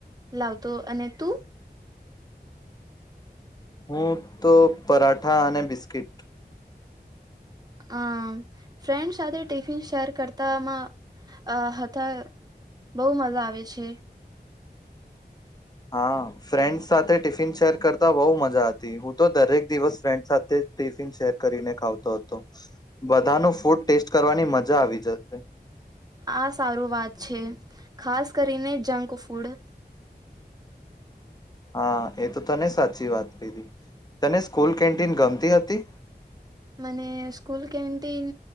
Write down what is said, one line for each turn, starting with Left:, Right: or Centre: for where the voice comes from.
Right: લાવતો અને તું?
Left: હું તો. પરાઠા અને બિસ્કીટ.
Right: આમ ફ્રેન્ડ સાથે ટિફિન શેર કરતામાં આ હતા બહુ મજા આવે છે.
Left: હા ફ્રેન્ડ સાથે ટિફિન શેર કરતા બહુ મજા હતી. હું તો દરેક દિવસ ફ્રેન્ડ સાથે ટિફિન શેર કરીને ખાવતો હતો બધા ન ફ્રુટ ટેસ્ટ કરવાની મજા આવી જતી.
Right: આ સારું વાત છે ખાસ કરીને જંકફૂડ.
Left: હા એ તો તને સાચી વાત કીધી તને સ્કૂલ કેન્ટીન ગમતી હતી.
Right: મને સ્કૂલ કન્ટીન